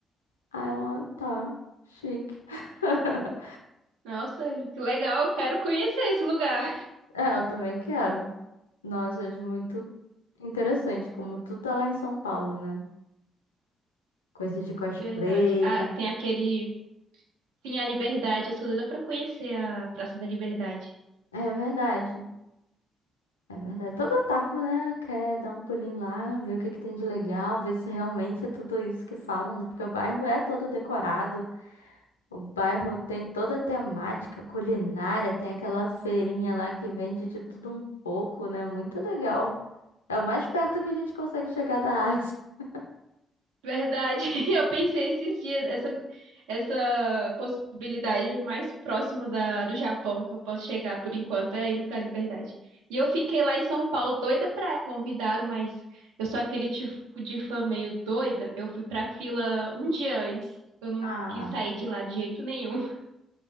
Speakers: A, on the left; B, on the right.
A: Aí eu, ah, tá, chique. <laughs>
B: Nossa, que legal, eu quero conhecer esse lugar.
A: É, eu também quero. Nossa, acho muito interessante como tu tá lá em São Paulo, né? Coisa de cosplay.
B: Verdade. Ah, tem aquele Sim, a Liberdade. Eu sou doida pra conhecer a Praça da Liberdade.
A: É verdade. É verdade. Todo otaku, né, quer dar um pulinho lá, ver o que que tem de legal, ver se realmente é tudo isso que falam, né? Porque o bairro é todo decorado, o bairro tem toda a temática culinária, tem aquela feirinha lá que vende de tudo um pouco, né? Muito legal. É o mais perto que a gente consegue chegar da Ásia. <laughs>
B: Verdade. <laughs> Eu pensei esses dias, essa, essa possibilidade o mais próximo da, do Japão que eu posso chegar por enquanto é indo pra Liberdade. E eu fiquei lá em São Paulo doida pra ir. Convidaram, mas eu sou aquele tipo de fã meio doida. Eu fui pra fila um dia antes. Eu não
A: Ah,
B: quis sair de lá de jeito nenhum. <laughs>